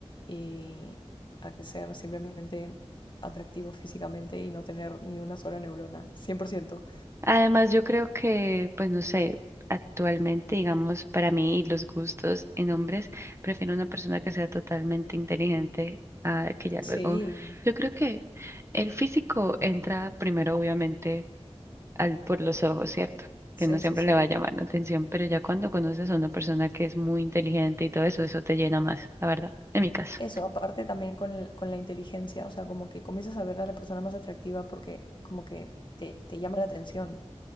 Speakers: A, on the left (about 45°); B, on the right (about 25°).
A: y a que ser simplemente atractivo físicamente y no tener ni una sola neurona, 100%.
B: Además, yo creo que, pues no sé, actualmente, digamos, para mí y los gustos en hombres, prefiero una persona que sea totalmente inteligente a que ya luego.
A: Sí,
B: Yo creo que el físico entra primero, obviamente al, por los ojos, ¿cierto?
A: sí,
B: Que no siempre
A: sí, sí.
B: le va a llamar la atención, pero ya cuando conoces a una persona que es muy inteligente y todo eso, eso te llena más, la verdad, en mi caso.
A: Eso, aparte también con, el- con la inteligencia, o sea, como que comienzas a ver a la persona más atractiva porque como que te, te llama la atención.